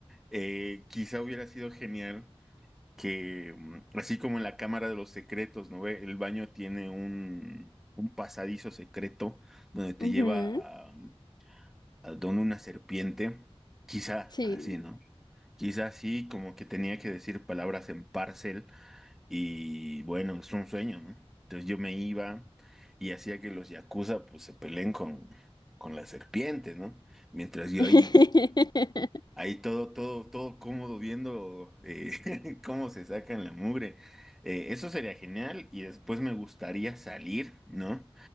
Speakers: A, in the centre; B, on the left.
A: Eh, quizá hubiera sido genial que, mm, así como en la Cámara de los Secretos, ¿no ve? El baño tiene un, un pasadizo secreto donde te
B: Ujú,
A: lleva a, mm, a donde una serpiente. Quizá
B: sí.
A: así, ¿no? Quizá así, como que tenía que decir palabras en parcel y bueno, es un sueño, ¿no? Entonces yo me iba y hacía que los yakuza pues se peleen con, con la serpiente, ¿no? Mientras
B: <laughs>
A: yo ahí Ahí todo, todo, todo cómodo viendo eh, <laughs> cómo se sacan la mugre. Eh, eso sería genial y después me gustaría salir, ¿no?